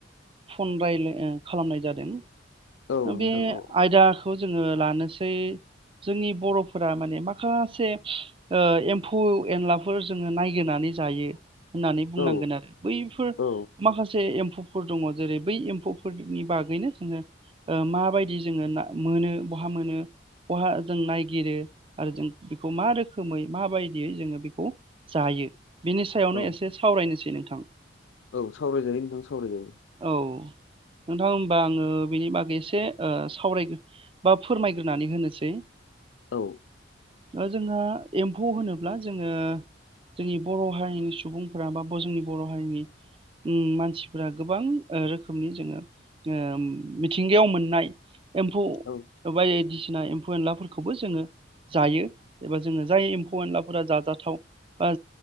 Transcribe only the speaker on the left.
औ
नोंथां
औ
औ
औ
औ
औ सावरायजायो नोंथां सावरायजायो।
औ
औ